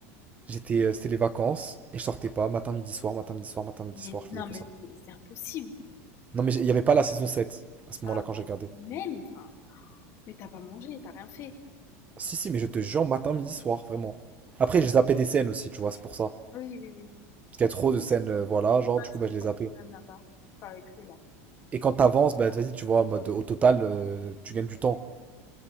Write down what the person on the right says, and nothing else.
J'étais, euh, c'était les vacances et je sortais pas. Matin, midi, soir, matin, midi, soir, matin, midi,
soir. Je faisais
que
ça.
Non, mais j'ai- il y avait pas la saison 7 à ce
moment-là quand j'ai regardé.
Si, si, mais je te jure, matin, midi, soir, vraiment. Après, j'ai zappé des scènes aussi, tu vois, c'est pour ça.
Parce qu'il y a trop de scènes, euh, voilà, genre,
du
coup, bah, je les
zappais.
Et quand t'avances, bah, vas-y, tu vois, en mode, au total, euh, tu gagnes du temps.